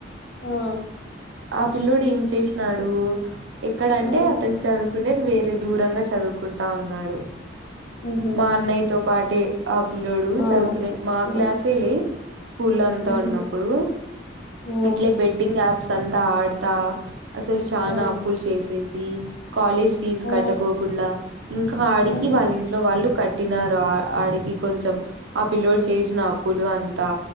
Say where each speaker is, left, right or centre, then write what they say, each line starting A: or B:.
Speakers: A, on the left; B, on the right.
A: ఆ
B: ఆ పిల్లోడ్. డిం ఏం చేష్నాడు ఎక్కడంటే
A: ఆ
B: అతను చదుక్. కునేది వేరే దూరంగా చదువుకుంటా ఉన్నాడు.
A: మ్హ్
B: మా అన్నయ్యతో పాటే ఆ పిల్లోడు
A: ఆ
B: చదువుకునేది మా
A: ఆ
B: క్లాసేలే. స్కూల్ లో అంతా
A: మ్హ్
B: ఉన్నప్పుడు
A: ఆ
B: ఇట్లే బెట్టింగ్ యాప్స్. సంత ఆడతా అసలు చానా
A: ఆ
B: అప్పులు చేసేసి. కాలేజ్ ఫీజ్
A: ఆ
B: కట్టకోకుండా ఇంకా ఆడికి
A: మ్హ్
B: వాళ్ళ ఇంట్లో వాళ్ళు. కట్టినారు ఆహ్ ఆడికి కొంచెం ఆ పిల్లోడు చేసిన అప్పులు అంతా.